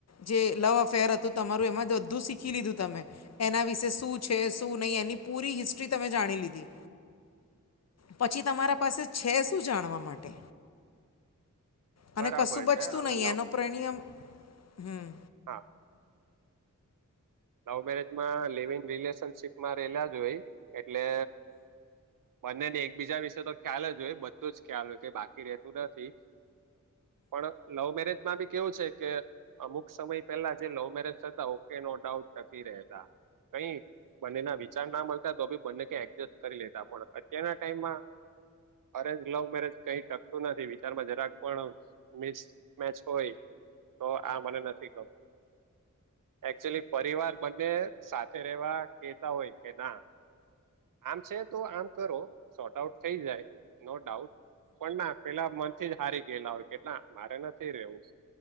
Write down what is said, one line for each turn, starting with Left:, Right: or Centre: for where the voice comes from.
Left: જે લવ અફેર હતું તમારું એમાં જ બધું શીખી લીધું તમે. એના વિશે શું છે શું નહીં એની પૂરી હિસ્ટ્રી તમે જાણી લીધી. પછી તમારા પાસે છે શું જાણવા માટે અને
Right: બરાબર
Left: કશું બચતું
Right: છે હવે
Left: નહી
Right: લવ
Left: એનો પરણિયમ હમ્મ.
Right: હા લવ મેરેજમાં લવ ઇન રિલેશનશીપમાં રહેલા જ હોય એટલે બંનેને એકબીજા વિશે તો ખ્યાલ જ હોય બધું જ ખ્યાલ હોય કે બાકી રેતું નથી. પણ લવ મેરેજમાં બી કેવું છે કે અમુક સમય પેલા જે લવ મેરેજ થતા ઓકે નો ડાઉટ ટકી રહેતા. કઈ બંનેના વિચાર ના મળતા તો ભી બંને એડજસ્ટ કરી લેતા પણ અત્યારના ટાઈમમાં અરે લવ મેરેજ કઈ ટકતું નથી વિચારમાં જરાક પણ મિસ મેચ હોય તો આ મને નથી ગમતું. એકચુલી પરિવાર બંને સાથે રહેવા કહેતા હોય કે ના આમ છે તો આમ કરો, શોર્ટ આઉટ થઈ જાય. નો ડાઉટ પણ ના પેલા મનથી જ હારી ગયેલા હોય કે ના મારે નથી રહેવું.